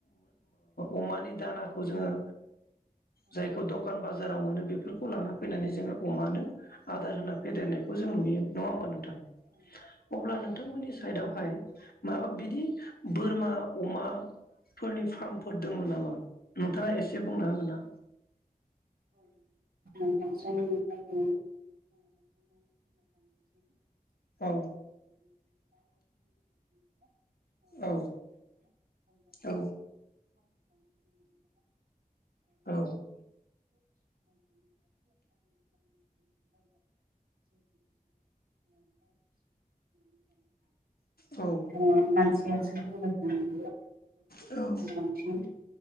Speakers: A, on the left; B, on the right.
A: अमानि दानाखौ जोङो जायखौ दखान बाजाराव मोनो बेफोरखौ लाना फैनानै जोङो अमानो आदार होना फेदेरनायखौ जों नुयो नङा होमबा नों अब्ला नोंथांमोननि साइदआवहाय माबा बिदि बोरमा अमाफोरनि फार्मफोर दङ नामा नोंथाङा एसे बुंनो हागोन ना?
B: औ जोंनि जायगायाव
A: औ औ औ औ औ
B: ओ मानसियासो होबाय थानाय
A: औ
B: ओमफ्राय